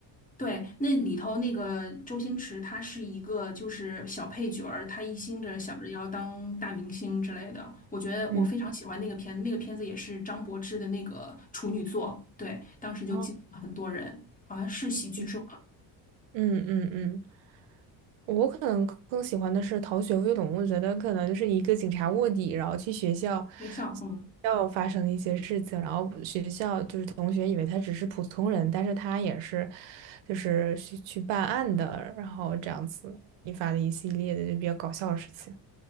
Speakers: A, on the left; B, on the right.
A: 对，那里头那个周星驰，他是一个就是小配角儿，他一心着想着要当大明星之类的。我觉得我非常喜欢那个片子，
B: 嗯，
A: 那个片子也是张柏芝的那个处女作，对，当时就激艳了很多人，
B: 哦
A: 去吃我的
B: 嗯嗯嗯。嗯我可能更更喜欢的是逃学威龙，我觉得可能就是一个警察卧底，然后去学校，
A: 学校，嗯
B: 要发生的一些事情，然后学校就是同学以为他只是普通人，但是他也是，就是去去办案的，然后这样子引发的一系列的就比较搞笑的事情。